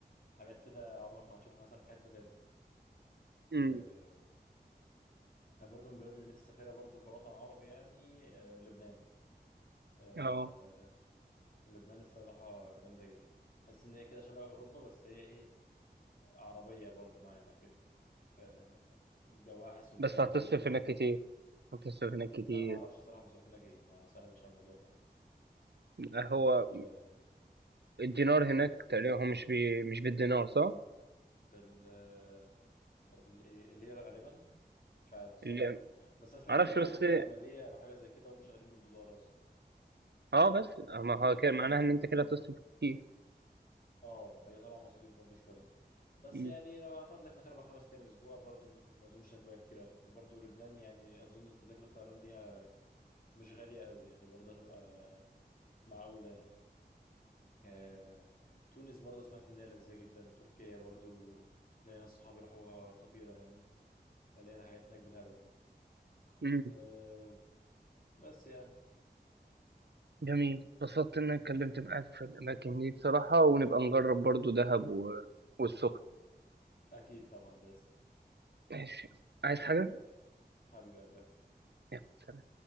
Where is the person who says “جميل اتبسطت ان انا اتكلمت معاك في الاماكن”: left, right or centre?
Right